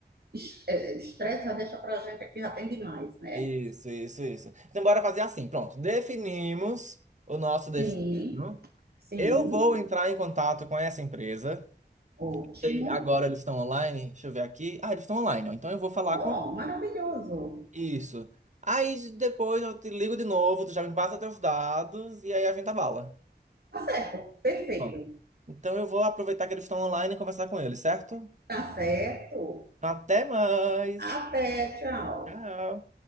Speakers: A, on the right (about 60°); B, on the right (about 40°).
A: Es- é, Estresse já deixa para a gente aqui, já tem demais, né?
B: Isso, isso, isso. Então, bora fazer assim, pronto. Definimos o nosso destino.
A: Sim, sim.
B: Eu vou entrar em contato com essa empresa.
A: Ótimo.
B: E agora eles estão online? Deixa eu ver aqui. Ah, eles estão online, ó. Então eu vou falar
A: Oh,
B: com.
A: maravilhoso.
B: Isso. Aí depois eu te ligo de novo, tu já me passa teus dados e aí a gente abala.
A: Tá certo. Perfeito.
B: Bom, então eu vou aproveitar que eles estão online e conversar com eles, certo?
A: Tá certo.
B: Até mais!
A: Até, tchau.
B: Tchau!